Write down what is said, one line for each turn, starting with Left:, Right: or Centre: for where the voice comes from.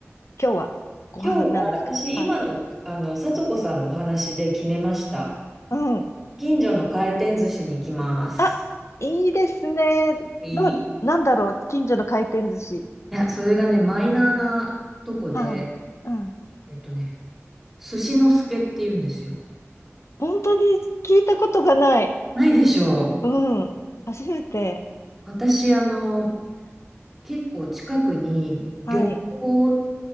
Left: 今日はご飯なんですかはい。
Centre: 今日は私、今の、あの、聡子さんのお話で決めました。
Left: うん。
Centre: 近所の回転寿司に行きます。
Left: あ、いいですね。
Centre: いい。
Left: どう、
Centre: い
Left: なんだろう、近所の回転寿司。
Centre: や、それがね、マイナーなとこで、
Left: はい。うん。
Centre: えっとね、寿司の助って言うんですよ。
Left: 本当に聞いたことがない。
Centre: ないでしょう。
Left: うん。初めて。
Centre: 私、あの、結構近くに漁港
Left: はい。